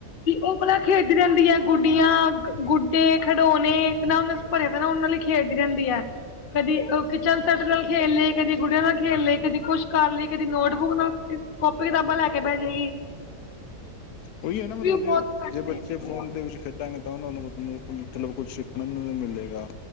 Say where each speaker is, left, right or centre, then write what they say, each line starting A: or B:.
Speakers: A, on the left (about 50°); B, on the left (about 90°).
A: ਉਹ ਪਲਾ ਖੇਡਦੀ ਰਹਿੰਦੀ ਐ, ਗੁੱਡੀਆਂ, ਗੁੱਡੇ ਖਿਡੋਣੇ ਤੇ ਨਾ ਉਹਨੂੰ ਭਰਿਆ ਤਾਂ ਨਾ ਉਹਨਾਂ ਲਈ ਖੇਡਦੀ ਰਹਿੰਦੀ ਐ। ਕਦੀ ਕਿਚਨ ਸੈੱਟ ਨਾਲ ਖੇਲ ਲਏ, ਕਦੀ ਗੁੜੀਆਂ ਨਾਲ ਖੇਡ ਲਏ, ਕਦੀ ਕੁਛ ਕਰ ਲਏ, ਕਦੀ ਨੋਟਬੁੱਕ ਨਾਲ ਕਾਪੀ ਕਿਤਾਬਾਂ ਲੈ ਕੇ ਬਹਿ ਜੇਗੀ।
B: ਉਹੀ ਹੈ ਨਾ ਮਤਲਬ,
A: ਬਹੁਤ ਘੱਟ
B: ਜੇ
A: ਦੇਖਦੀ
B: ਬੱਚੇ ਫੋਨ
A: ਆ
B: ਦੇ ਵਿੱਚ ਖੇਡਾਂਗੇ ਤਾਂ ਉਹਨਾਂ ਨੂੰ ਮਤਲਬ ਕੁੱਝ ਸਿੱਖਣ ਨੂੰ ਮਿਲੇਗਾ,